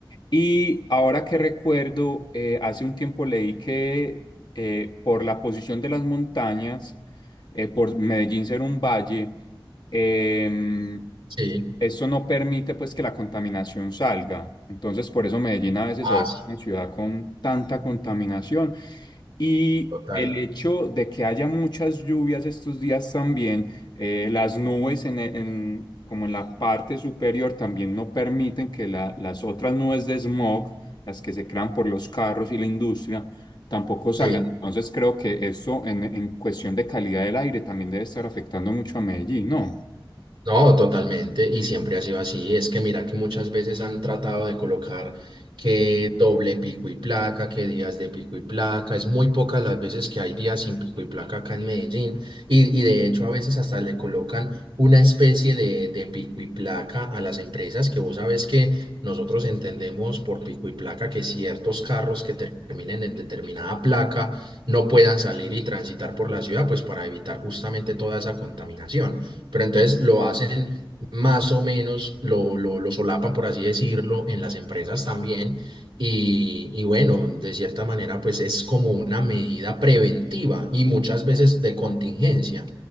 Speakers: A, on the left; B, on the right.
A: Y ahora que recuerdo, eh, hace un tiempo leí que eh, por la posición de las montañas, eh, por Medellín ser un valle, em,
B: Sí,
A: eso no permite pues que la contaminación salga. Entonces, por eso Medellín a veces
B: ah,
A: se vuelve
B: sí,
A: una ciudad con tanta contaminación. Y
B: total.
A: el hecho de que haya muchas lluvias estos días también, eh, las nubes en, e- en- como en la parte superior también no permiten que la- las otras nubes de smog, las que se crean por los carros y la industria, tampoco salgan.
B: Sí.
A: Entonces creo que eso en, en cuestión de calidad del aire también debe estar afectando mucho a Medellín, ¿no?
B: No, totalmente, y siempre ha sido así. Es que mira que muchas veces han tratado de colocar que doble pico y placa, que días de pico y placa. Es muy pocas las veces que hay días sin pico y placa acá en Medellín. Y, y de hecho a veces hasta le colocan una especie de, de pico y placa a las empresas, que vos sabes que nosotros entendemos por pico y placa que ciertos carros que terminen en determinada placa no puedan salir y transitar por la ciudad, pues para evitar justamente toda esa contaminación pero entonces lo hacen más o menos, lo, lo, lo solapan, por así decirlo, en las empresas también. Y, y bueno, de cierta manera, pues es como una medida preventiva y muchas veces de contingencia.